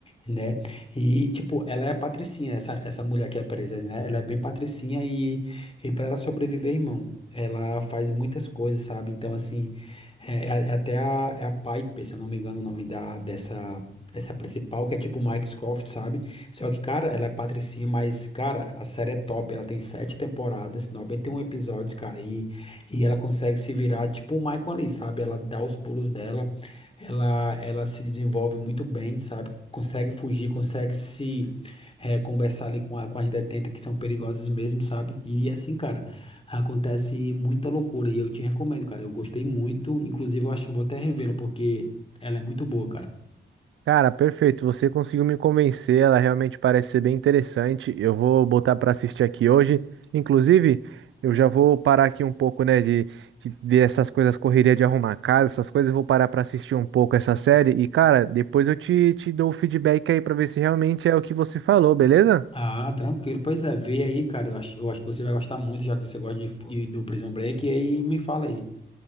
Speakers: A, on the left; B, on the right.
A: né, e, tipo, ela é a patricinha, essa, essa mulher que é presa, né, ela é bem patricinha e, e para ela sobreviver, irmão, ela faz muitas coisas, sabe, então, assim, é, é é até a, é a Piper, se eu não me engano o nome da, dessa essa é a principal, que é tipo Mike Scofield, sabe? Só que, cara, ela é patricinha, mas, cara, a série é top. Ela tem sete temporadas, 91 episódios, cara. E, e ela consegue se virar tipo o Michael ali, sabe? Ela dá os pulos dela, ela, ela se desenvolve muito bem, sabe? Consegue fugir, consegue se eh, conversar ali com, a, com as detentas que são perigosas mesmo, sabe? E assim, cara, acontece muita loucura. E eu te recomendo, cara. Eu gostei muito. Inclusive, eu acho que eu vou até revê-la, porque ela é muito boa, cara.
B: Cara, perfeito. Você conseguiu me convencer. Ela realmente parece ser bem interessante. Eu vou botar para assistir aqui hoje. Inclusive, eu já vou parar aqui um pouco, né, de, de ver essas coisas, correria de arrumar a casa, essas coisas. Eu vou parar para assistir um pouco essa série. E, cara, depois eu te, te dou o feedback aí para ver se realmente é o que você falou, beleza?
A: Ah, tranquilo. Pois é, vê aí, cara. Eu acho, eu acho que você vai gostar muito, já que você gosta de, de- do Prison Break. E aí me fala aí.